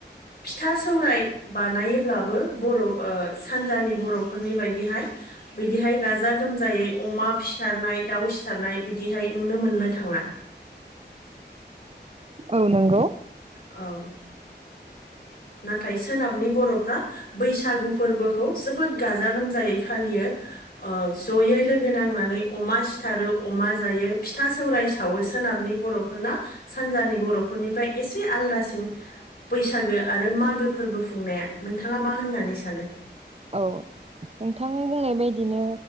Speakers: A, on the left; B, on the right.
A: फिथा सौराय बानायोब्लाबो बर' ओ सानजानि बर'फोरनि बायदिहाय बिदिहाय गाजा गोमजायै अमा सिथारनाय दाउ सिथारनाय बिदि हाय नुनो मोननो थाङा।
B: औ नंगौ
A: औ नाथाय सोनाबनि बर'फ्रा बैसागु फोरबोखौ जोबोद गाजा गोमजायै फालियो ओ जयै लोगो नांनानै अमा सिथारो अमा जायो फिथा सौराय सावो सोनाब नि बर'फोरना सानजानि बर'फोरनिफ्राय एसे आलदासिन बैसागो आरो मागो फोरबो खुंनाया नोंथाङा मा होननानै सानो?
B: औ नोंथां बुंनाय बायदिनो